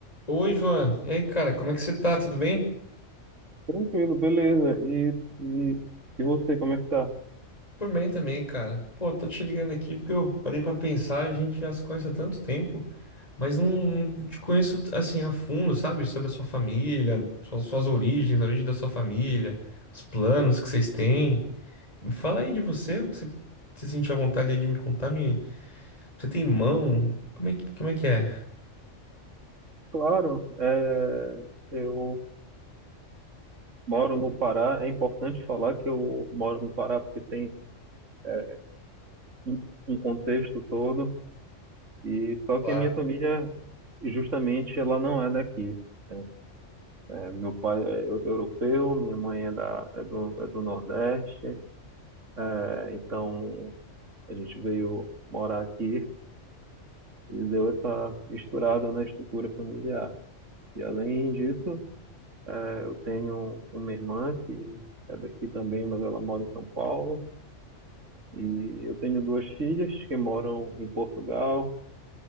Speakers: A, on the left (about 30°); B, on the right (about 80°).
A: Oi, Ivan. E aí, cara, como é que você tá? Tudo bem?
B: Tranquilo, beleza. E, e, e você, como é que tá?
A: Tô bem também, cara. Pô, tô te ligando aqui porque eu parei pra pensar, a gente já se conhece há tanto tempo, mas não, não te conheço assim a fundo, sabe? Sobre a sua família, suas, suas origens, a origem da sua família, os planos que vocês têm. Me fala aí de você, o que você se sentir à vontade aí de me contar, me... Você tem irmão? Como é que, como é que é?
B: Claro, é, eu moro no Pará. É importante falar que eu moro no Pará porque tem é, um um contexto todo. E só
A: Claro,
B: que a minha família, justamente, ela não é daqui. né? É, meu pai é eu- europeu, minha mãe é, da, é, do, é do Nordeste. É, então a gente veio morar aqui e deu essa misturada na estrutura familiar. E além disso, Eu tenho uma irmã que é daqui também, mas ela mora em São Paulo. E eu tenho duas filhas que moram em Portugal.